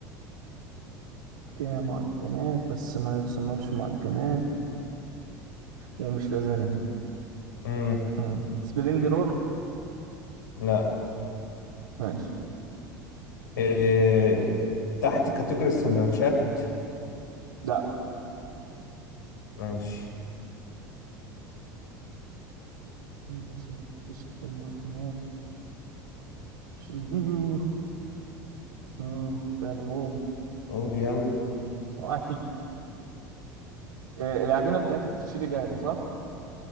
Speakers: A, on the right; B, on the left.
A: فيها معجنات بس ما يتصنفش معجنات ومش لازانية
B: مم.
A: مم. سبرينج رول
B: لا
A: ماشي
B: إيه تحت كاتيجوري السندوتشات
A: لا
B: ماشي
A: بس ما تحطش تحت المعجنات <laughs> مش ال- آه، فيها لحوم
B: قول يلا
A: صواني آه... العجينة بتاعتها بتتشري جاهزة صح؟